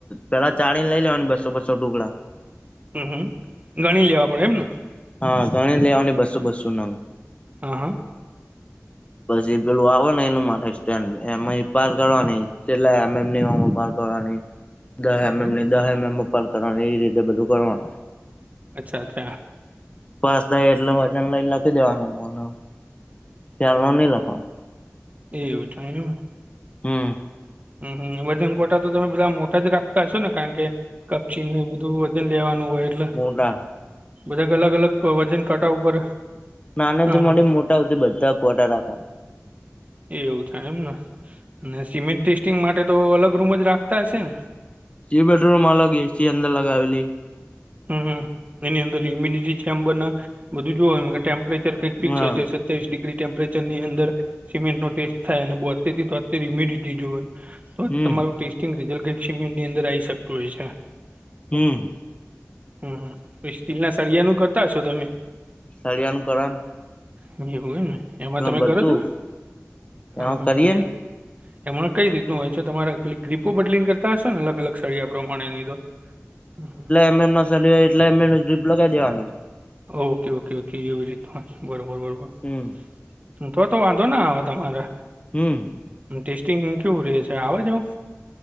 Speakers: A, on the left; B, on the right.
A: પેલા ચાળીન લઈ લેવાન બસો બસો ટુકડા
B: હં હમ ગણી લેવા પડે એમને,
A: હં ગણી લેવાની બસો બસો નંગ,
B: હં હં,
A: પછી પેલું આવ ને એનું માને સ્ટેન્ડ એમય પાર કરવની કેટલા એમએમની <unintelligible> <unintelligible> દહ
B: હમ
A: એમએમની,
B: હમ.
A: દહ એમએમ ની <unintelligible> એવી રીતે બધું કરવાનું.
B: અચ્છા અચ્છા,
A: પાસ થાય એટલે વજન નેઇ લખી લેવાનું હંહ ત્યાં અમાર ની લખવાનું.
B: <unintelligible>
A: હમ્મ
B: હં હં વજન કોટા તો તમે બધા આમ મોટા જ રાખતા હશો ને કારણ કે કપચી ને એવુ બ ધુ વજન લેવાનું હોય
A: મોડા
B: બધા અલગ અલગ વજન કાટા ઉપર
A: નાને
B: હા
A: થી મોંડીન
B: હા
A: મોટા હુઈ બધા કોટા રાખે
B: એવું થાય એમને અને સિમેન ટેસ્ટિંગ માટે તો અલગ રૂમ જ રાખતા હશે ને
A: જી બેડરૂમ અલગ એ સી અંદર લગાવેલી
B: હં હ એની અંદર યુમિનિટી ચેમ્બર ને બધું જોવે <unintelligible> ટેમ્પ પ્રેચર કંઈક ફીક્સ
A: હા
B: હોય છે સત્યાવીસ ડિગ્રી ટેમ્પરેચરની અંદર સિમેન્ટનો ટેસ્ટ થાય અને બોતેરથી તોત્તેર હ્યુમિડિટી જોવે તોજ
A: હમ
B: તમારું ટેસ્ટિંગ રિઝલ્ટ <unintelligible> અંદર આઈ શકતું હોય છે
A: હં
B: હમ્મ સ્ટીલના સળિયાનું કરતા હસો તમે
A: સળીયાનું કરવાનુ
B: <unintelligible> હોય ને એમાં તમે
A: બધું
B: કરો છો હં
A: એમાં
B: હં
A: કરીએ
B: હાં
A: ને
B: એ એમાં કઈ રીતનું હોય છે તમારે પેલી ક્લીપો બડલીને કરતા હશોને અલગ અલગ શળિયા પ્રમાણે <unintelligible>
A: <unintelligible> લગાઈ દેવાની
B: ઓ કે ઓકે ઓ કે એવી રીતનુ <unintelligible> બરોબર બરોબર
A: હમ્મ
B: હ તો તો વાંધો ના આવે તમારે
A: હમ્મ
B: એન એન ટેસ્ટિંન્ગી કેવું રે છે આવે છે અવ